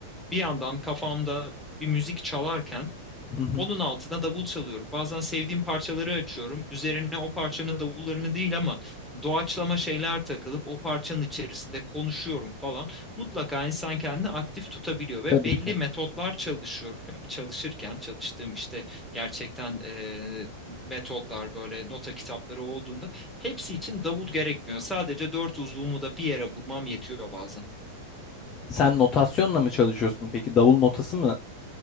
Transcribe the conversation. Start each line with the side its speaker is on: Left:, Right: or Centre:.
Centre: bir yandan kafamda bir müzik çalarken
Left: Hı hı,
Centre: onun altına davul çalıyorum. Bazen sevdiğim parçaları açıyorum. Üzerine o parçanın davullarını değil ama doğaçlama şeyler takılıp o parçanın içerisinde konuşuyorum falan. Mutlaka insan kendini aktif tutabiliyor ve
Left: tabii
Centre: belli
Left: ki.
Centre: metotlar çalışıyor, çalışırken çalıştığım işte gerçekten e, metodlar böyle nota kitapları olduğunda hepsi için davul gerekmiyor. Sadece dört uzvumu da bir yere vurmam yetiyor bazen.
Left: Sen notasyonla mı çalışıyorsun peki? Davul notası mı